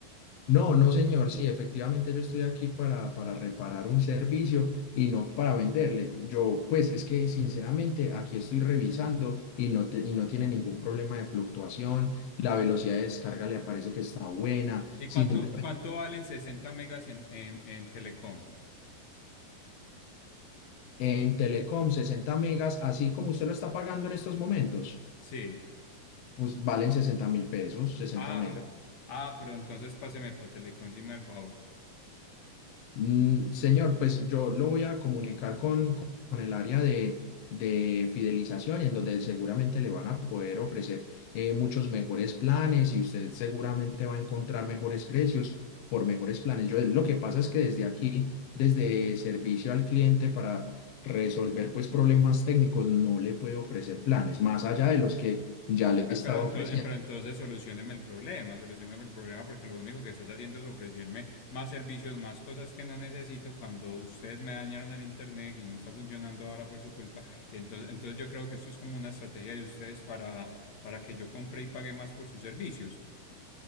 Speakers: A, on the left; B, on the left.
A: No, no, señor, sí, efectivamente yo estoy aquí para, para reparar un servicio y no para venderle. Yo, pues es que sinceramente aquí estoy revisando y no, te- y no tiene ningún problema de fluctuación, la velocidad de descarga le aparece que está buena,
B: ¿Y
A: simplemente
B: cuánto, cuánto valen 60 megas en, en, en Telecom?
A: en Telecom 60 megas, así como usted lo está pagando en estos momentos,
B: Sí.
A: pues valen 60 mil pesos, 60
B: Ah,
A: megas.
B: ah, pero entonces páseme para Telecom, si me da el favor.
A: Mm, señor, pues yo lo voy a comunicar con, con con el área de, de fidelización, en donde seguramente le van a poder ofrecer eh, muchos mejores planes y usted seguramente va a encontrar mejores precios por mejores planes. Yo lo que pasa es que desde aquí, desde servicio al cliente para resolver pues problemas técnicos, no le puedo ofrecer planes más allá de los que ya le
B: Pe-
A: estaba
B: Pero, entonces,
A: ofreciendo.
B: pero entonces solucioneme el problema, solucioneme el problema porque lo único que estás haciendo es ofrecerme más servicios, más cosas que no necesito cuando ustedes me dañaron el internet y no está funcionando ahora por su culpa. Entonces, entonces yo creo que esto es como una estrategia de ustedes para, para que yo compre y pague más por sus servicios.